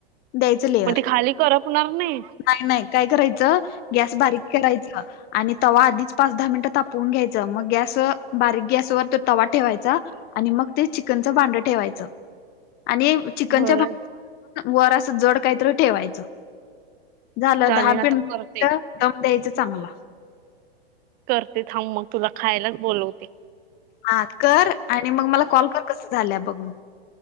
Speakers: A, on the left; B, on the right.
A: द्यायच लेअर.
B: मग ते खाली करपणार नाही?
A: नाय नाय काय करायचं गॅस बारीक करायच. आणि तवा आधीच पाच दहा मिनिटं तापवून घ्यायचं मग गॅस बारीक गॅस वर त्यो तवा ठेवायचा आणि मग ते चिकनच भांड ठेवायच. आणि चीकन
B: बरं
A: वर अस जड कायतर ठेवायचं झालं
B: चालेल
A: दहा
B: आता
A: मिनिटं
B: करते
A: दम द्यायचा चांगला.
B: करते थांब मग तुला खायलाच बोलवते.
A: हा कर आणि मग मला कॉल कर कसं झालंया बघून.